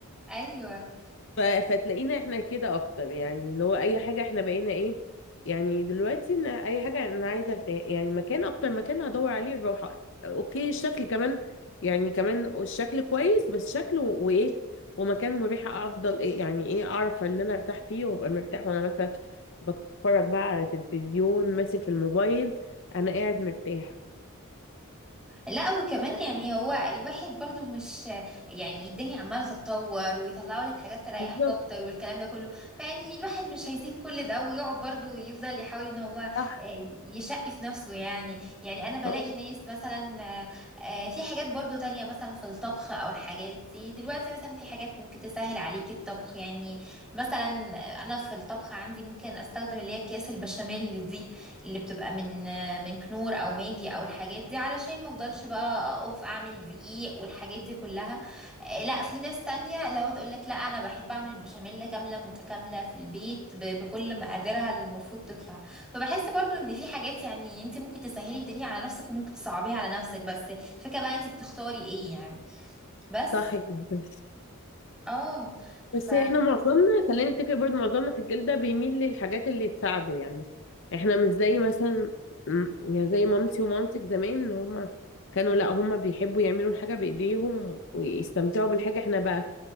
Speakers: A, in the centre; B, on the left (about 60°).
A: ايوه
B: ف... فتلاقينا احنا كده اكتر يعني اللي هو اي حاجه احنا بقينا ايه يعني دلوقتي ان اي حاجه انا عايزه ارتاح يعني مكان اكتر مكان هدور عليه الراحه اوكي الشكل كمان يعني كمان الشكل كويس بس شكل و... وايه ومكان مريح افضل ايه يعني ايه اعرف ان انا ارتاح فيه وابقى مرتاح وانا مثلا بتفرج بقى على تلفزيون ماسك الموبايل انا قاعد مرتاح
A: لا وكمان يعني هو الواحد برضو مش يعني الدنيا عمالة تتطور ويطلعوا لك حاجات تريحك
B: وبالظبط
A: اكتر والكلام ده كله فيعني الواحد مش هيسيب كل ده ويقعد برضو يفضل يحاول ان هو
B: صح
A: آه، يشقي في نفسه يعني يعني انا بلاقي
B: اه
A: ناس مثلا آه، آه، في حاجات برضو تانية مثلا في الطبخ او الحاجات دي دلوقتي مثلا في حاجات ممكن تسهل عليك الطبخ يعني مثلا انا في الطبخ عندي ممكن استخدم اللي هي اكياس البشاميل دي اللي بتبقى من من كنور او ماجي او الحاجات دي علشان ما افضلش بقى اقف اعمل دقيق والحاجات دي كلها آه، لا في ناس تانية لو تقول لك لا انا بحب اعمل البشاميل كاملة متكاملة في البيت ب- بكل مقاديرها اللي المفروض تطلع فبحس برضو ان في حاجات يعني انت ممكن تسهلي الدنيا على نفسك وممكن تصعبيها على نفسك بس فكرة بقى انت بتختاري ايه يعني بس
B: صح جدا
A: اه ف
B: بس احنا معظمنا خلينا نتفق برضه معظمنا في الجيل ده بيميل للحاجات اللي تساعده يعني احنا مش زي مثلا م- يعني زي مامتي ومامتك زمان ان هما كانوا لا هما بيحبوا يعملوا الحاجة بإيديهم ويستمتعوا بالحاجة احنا بقى